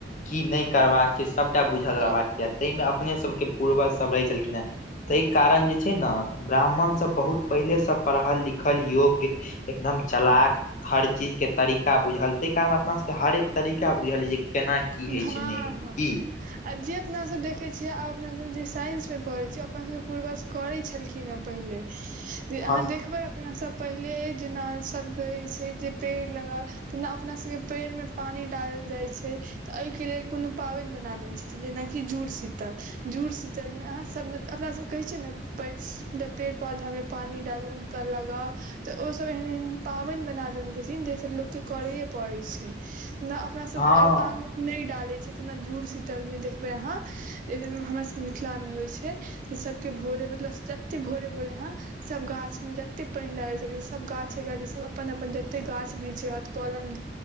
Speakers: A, on the left; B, on the right.
A: की नै करबाक से सबटा बुझल रहबाक
B: ओ
A: यऽ ताहिमे अपने सबके पूर्वजसब रहै छलखिन हेँ। तैय कारण जे छै ने ब्राह्मण सब बहुत पहिलेसँ पढ़ल लिखल योग्य एकदम चलाक हर चीज के तरीका बुझल तेै कारण अपना सब हरेक तरीका बुझल अइ जे केना की
B: हँ'
A: होइ छै नहि होइ छै
B: हँ
A: की
B: आ जे अपनासब देखै छियै आब अपना सब जे साइंस मे पढ़ै छियै अपना सबके पूर्वज करै छेलखिन हेँ पहिले जे
A: हँ
B: आहाँ देखबै अपना सब पहिले जना सह कहै छैय जे पेड़ लगा तेना अपना सबके पेड़ मे पानी डालल जाइ छैय। तऽ एहिके लेल कोनो पाबैन बना देने छथिन जेनाकि जुड़ शीतल जुड़ शीतलमे अहाँसबमे अपना सब के कहै छियै ने पे पेड़ पौधा मे पानी डालू हुनका लगाउ। तऽ ओ सब एहन -एहन पाबैन बना देने छथिन जाहिसँ लोककेँ करैए पड़ै छैय जेना अप अपना सब
A: हँ
B: अब आब नै डालै छथिन जुड़ शीतलमे देखबै आहाँ हमरा सबके मिथिलामे होय छैय तऽ सब के भोरे मतलब जते भोरे- भोरे आहाँ? सब गाछ में जते पैन डैल सकै सब गाछे- गाछ सब अपन अपन जते गाछ वृक्ष रहत कलम